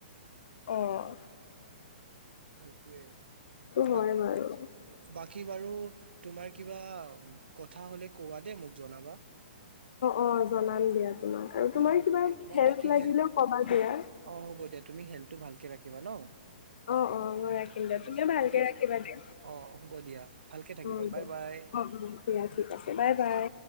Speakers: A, on the left (about 65°); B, on the right (about 80°).
A: অঁ
B: সেইটোোৱে
A: হয়
B: ব
A: বাৰু।
B: বাকী বাৰু তোমাৰ কিবা কথা হ'লে কব দে মোক জনাবা
A: অাম দিয়া তমাক আৰুমাৰ
B: অ হ'ব
A: কিবা
B: দিয়া তোমাৰ
A: হেল্প
B: বাকী
A: লাগিলে
B: হেল্থ
A: কা দিয়া
B: অ হ'ব দিয়া তুমি হেল্থটো ভালকে ৰাখিবা ন
A: অ অ মই ৰাখিম দেিয়
B: হ'ব
A: তুমও
B: দিয়া
A: ভালকে
B: ঠিক
A: ৰাখিবা দিয়া
B: অ হ'ব দিয়া ভালকে থাকিবা
A: উ
B: বাই
A: দে
B: বাই
A: অ অ দয়া ঠিক আছে বাই বাই।